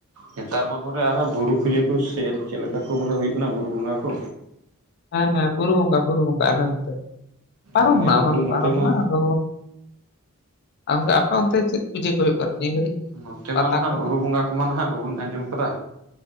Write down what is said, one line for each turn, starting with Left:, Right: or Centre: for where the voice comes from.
Right: ᱱᱮᱛᱟᱨ ᱢᱟ ᱯᱚᱨᱮ ᱟᱨᱦᱚᱸ ᱵᱩᱨᱩ ᱯᱩᱡᱟᱹ ᱠᱚ ᱥᱮ ᱪᱮᱫ ᱞᱮᱠᱟ ᱠᱚ ᱵᱚᱞᱮ ᱦᱩᱭᱩᱜ ᱠᱟᱱᱟ ᱵᱩᱨᱩ ᱵᱚᱸᱜᱟ ᱠᱚ
Left: ᱦᱮᱸ ᱦᱮᱸ ᱵᱩᱨᱩ ᱵᱚᱸᱜᱟ ᱵᱩᱨᱩ ᱵᱚᱸᱜᱟ ᱟᱞᱮ ᱚᱱᱛᱮ ᱯᱟᱨᱚᱢ
Right: ᱦᱳᱭ
Left: ᱮᱱᱟ
Right: ᱟᱵᱚ
Left: ᱚᱱᱟ ᱫᱚ
Right: ᱱᱚᱛᱮ
Left: ᱯᱟᱨᱚᱢ
Right: ᱢᱟ
Left: ᱱᱟ ᱟᱫᱚ ᱟᱨᱮ <unintelligible> ᱟᱯᱮ ᱚᱱᱛᱮ ᱪᱮᱫ ᱯᱩᱡᱟᱹ ᱠᱚ ᱦᱩᱭᱩᱜ ᱠᱟᱱᱟ ᱱᱤᱭᱟᱹ ᱜᱷᱟᱹᱲᱤᱡ?
Right: ᱱᱚᱛᱮ
Left: ᱯᱟᱛᱟ
Right: ᱢᱟ ᱱᱦᱟᱜ
Left: ᱠᱚ?
Right: ᱵᱩᱨᱩ ᱵᱚᱸᱜᱟ ᱠᱚᱢᱟ ᱱᱦᱟᱜ ᱵᱟᱵᱚᱱ ᱟᱸᱡᱚᱢ ᱠᱟᱫᱟ᱾